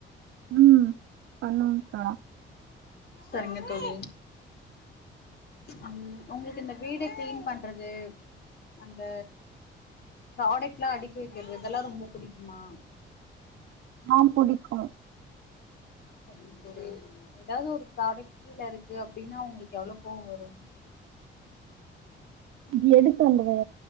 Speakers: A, on the right; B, on the left.
A: உம் பண்ணுவு கா
B: சரிங்க தோழி அம் உங்களுக்கு இந்த வீடு கிளீன் பண்றது அந்த புரொடக்ட் எல்லாம் அடுக்கி வைக்கிறது இதெல்லாம் ரொம்ப பிடிக்குமா
A: ஹாம் பிடிக்கும்
B: சரிங்க தோழி ஏதாவது ஒரு புரொடக்ட் கீழ இருக்கு அப்படின்னா உங்களுக்கு எவ்வளவு கோவம் வரும்
A: இது எடுத்து அந்த